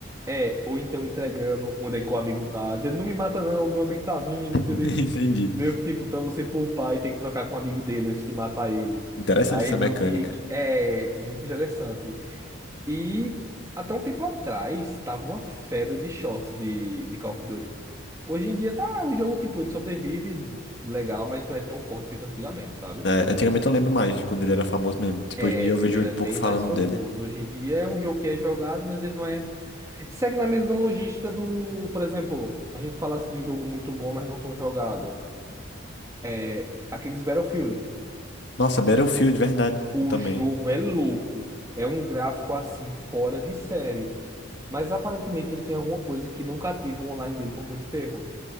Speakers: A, on the right; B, on the left.
A: é, ou então entregando onde é que o amigo tá, dizendo, não me mata não, meu amigo tá vindo,
B: <laughs>
A: entendeu?
B: Entendi.
A: Meio que tipo, para você poupar e ter que trocar com o amigo dele antes de matar ele.
B: Interessante
A: Aí
B: essa
A: meio
B: mecânica.
A: que que é muito interessante. E até um tempo atrás tava uma febre de shorts de, de Call of Duty. Hoje em dia tá o jogo, tipo, ele sobrevive legal, mas não é tão forte feito antigamente, sabe?
B: É, antigamente eu lembro mais de quando ele era famoso mesmo. Tipo,
A: É,
B: hoje em dia eu vejo
A: ele era
B: ele um pouco
A: bem
B: falando
A: mais famoso.
B: dele.
A: Hoje em dia é um jogo que é jogado, mas ele não é. Segue na mesma logística do, por exemplo, a gente fala assim de um jogo muito bom, mas não tão jogado. É aqueles Battlefield.
B: Nossa, Battlefield, verdade.
A: O
B: Eu também.
A: jogo é louco. É um gráfico assim, fora de série. Mas aparentemente ele tem alguma coisa que não cativa o online dele por muito tempo.